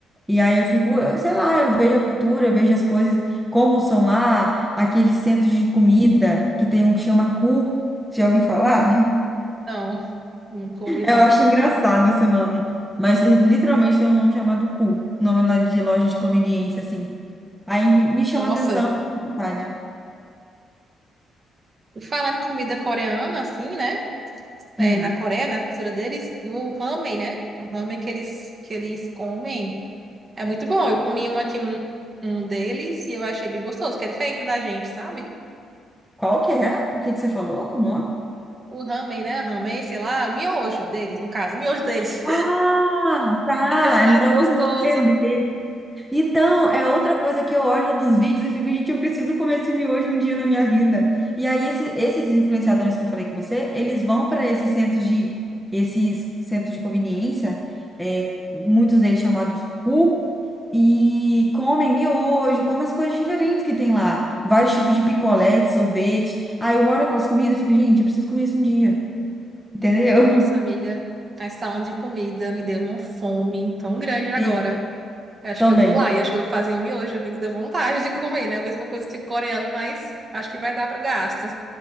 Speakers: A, in the centre; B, on the right.
A: E aí eu fico, eu- sei lá, eu vejo a cultura, eu vejo as coisas, como são lá, aqueles centros de comida, que tem um que chama Ku, já ouvi falar?
B: não, não comi não.
A: Eu acho engraçado esse nome. Mas ele literalmente tem um nome chamado Cu. Nome lá de loja de conveniência, assim. Aí me, me chama
B: Nossa,
A: a atenção, eu tenho vontade.
B: e falando em comida coreana, assim, né? É,
A: Hum,
B: na Coreia, na cultura deles, o ramen, né? O ramen que eles, que eles comem. É muito bom. Eu comi um aqui, um, um deles, e eu achei bem gostoso, que é diferente da gente, sabe?
A: qual que é? O que que você falou? O nome?
B: O ramen, né? Ramen, sei lá, o miojo deles, no caso, o miojo deles.
A: Ah, tá.
B: <laughs> É mais
A: Eu não tava
B: gostoso.
A: conseguindo entender. Então, é outra coisa que eu olho dos vídeos e fico, gente, eu preciso comer esse miojo um dia na minha vida. E aí, esse- esses influenciadores que eu falei com você, eles vão para esses centros de, esses centros de conveniência, é, muitos deles chamados cu, e comem miojo, comem as coisas diferentes que tem lá. Vários tipos de picolé, de sorvete. Aí eu olho aquelas comidas e fico, gente, eu preciso comer isso um dia. Entendeu?
B: Nossa, amiga, essa falando de comida me deu uma fome tão grande agora.
A: <laughs> Sim,
B: Eu acho
A: também.
B: que eu vou lá e acho que eu vou fazer o miojo, viu? Que deu vontade de comer, né? A mesma coisa que coreano, mas acho que vai dar para gasto.